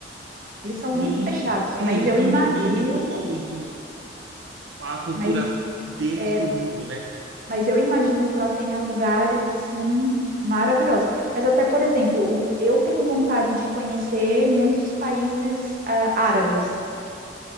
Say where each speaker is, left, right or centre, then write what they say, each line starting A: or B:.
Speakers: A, on the right; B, on the right.
A: Eles são muito
B: Sim,
A: fechados,
B: é,
A: mas
B: eles
A: eu,
B: não,
A: ima
B: não
A: eu,
B: divulgam muito a cultura
A: mas,
B: deles
A: é,
B: pro mundo, né?
A: mas eu imagino que lá tenha lugares assim maravilhosos. Mas até, por exemplo, o- eu tenho vontade de conhecer muitos países ah, árabes.